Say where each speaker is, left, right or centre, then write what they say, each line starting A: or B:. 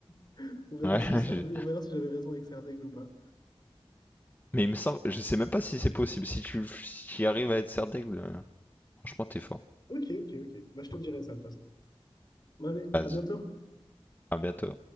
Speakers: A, on the left; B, on the left.
A: <laughs> On verra
B: Ouais,
A: si Serdaigle-
B: <laughs> je-
A: on verra si j'avais raison avec Serdaigle ou pas.
B: Mais il me semble, je sais même pas si c'est possible. Si tu, si tu arrives à être serre d'aigle, euh, franchement, t'es fort.
A: Ok, ok, ok. Bah je te dirai ça de toute façon. Bah allez,
B: Vas-y,
A: à bientôt.
B: à bientôt.